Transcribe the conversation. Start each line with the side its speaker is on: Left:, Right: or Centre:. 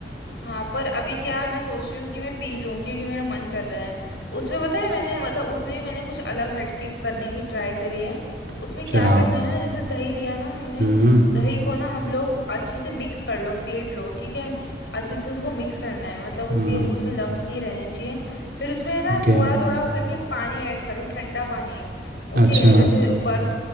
Left: हाँ पर अभी क्या है, मैं सोच रही हूँ कि मैं पी लूँ क्योंकि मेरा मन कर रहा है उसमें पता है मैंने मतलब उसमें भी मैंने कुछ अलग हटके करने की ट्राई करी है
Right: अच्छा
Left: उसमें क्या करना है ना जैसे दही लिया ना हमने
Right: हम्म
Left: दही को ना हम लोग अच्छे से मिक्स कर लो फेंट लो ठीक है अच्छे से उसको मिक्स करना है मतलब उसके
Right: हम्म
Left: उसमें लम्स नहीं रहने चाहिए फिर उसमें ना
Right: ओके
Left: थोड़ा थोड़ा करके पानी ऐड करो ठंडा पानी ओके
Right: अच्छा
Left: जैसे बर्फ